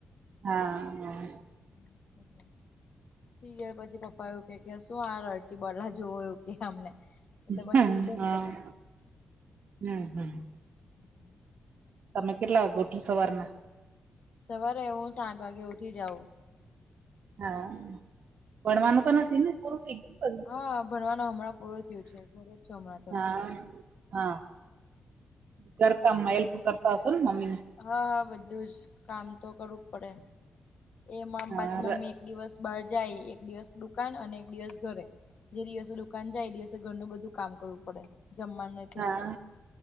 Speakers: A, on the right; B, on the left.
A: હા, હા, હા.
B: હમ્મ કર્યા. સિયર પછી પપ્પા એવું કે શું આ રરટી બલા જોવ એવું કે અમને. એટલે પછી
A: હા
B: બંધ કરી
A: અ. ના ના.
B: <inaudible>
A: તમે કેટલા વાગે ઉઠો સવારના?
B: સવારે હું આઠ વાગે ઉઠી જાઉ.
A: હા, ભણવાનું તો નથી ને પૂરું થઈ ગયું ને બધું.
B: હા, ભણવાનું હમણાં પૂરું થયું છે. ઘરે જ છું હમણાં તો
A: હા. હા, ઘર કામમાં હેલ્પ કરતા હશોને મમ્મીને?
B: હા હા બધું જ. કામ તો કરવું જ પડેન. એમાં આમ
A: હા
B: પાછું મમ્મી એક દિવસ બહાર જાય. એક દિવસ દુકાન અને એક દિવસ ઘરે. જે દિવસે દુકાન જાય એ દિવસે ઘરનું બધું કામ કરવું પડે જમવાને
A: હા,